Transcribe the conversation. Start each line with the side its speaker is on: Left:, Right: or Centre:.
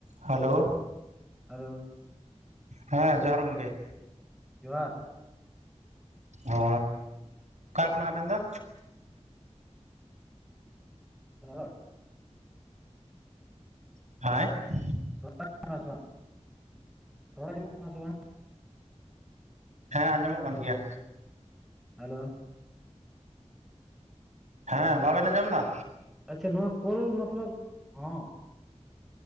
Right: ᱦᱮᱞᱳ?
Centre: ᱦᱮᱞᱳ?
Right: ᱦᱮᱸ, ᱡᱚᱦᱟᱨ ᱜᱚᱢᱠᱮ!
Centre: ᱡᱚᱦᱟᱨ᱾
Right: ᱚ ᱚᱠᱟ ᱠᱷᱚᱱᱟᱜ ᱟᱹᱵᱮᱱ ᱫᱚ?
Centre: <unintelligible>
Right: <unintelligible>
Centre: <unintelligible> ᱨᱚᱲ ᱟᱸᱡᱚᱢᱚᱜ ᱠᱟᱱᱟ ᱥᱮᱵᱟᱝ?
Right: ᱦᱮᱸ ᱟᱸᱡᱚᱢᱚᱜ ᱠᱟᱱ ᱜᱮᱭᱟ᱾
Centre: ᱦᱮᱞᱳ
Right: ᱦᱮᱸ ᱵᱟᱵᱮᱱ ᱟᱸᱡᱚᱢ ᱮᱫᱟ᱾
Centre: ᱟᱪᱪᱷᱟ ᱱᱚᱣᱟ ᱠᱳᱞ ᱢᱚᱛᱞᱚᱵᱽ ᱦᱚᱸ